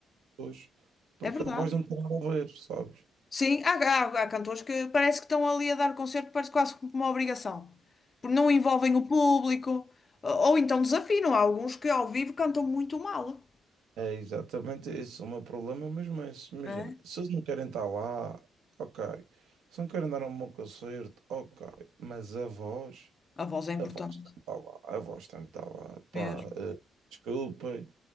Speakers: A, on the right (about 80°); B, on the left (about 35°).
A: hoje, porque
B: É verdade.
A: a voz não tem nada a ver, sabes?
B: Sim, há, há, há cantores que parece que estão ali a dar concerto, parece quase como uma obrigação. Porque não envolvem o público, ou, ou então desafinam. Há alguns que ao vivo cantam muito mal.
A: É exatamente esse é o meu problema, mas, mas imagina,
B: é?
A: se eles não querem estar lá, ok. Se não querem dar um bom concerto, ok. Mas a voz,
B: A voz é
A: a
B: importante,
A: voz tem que estar lá, a voz tem que estar lá. Pá,
B: mesmo.
A: eh, desculpem,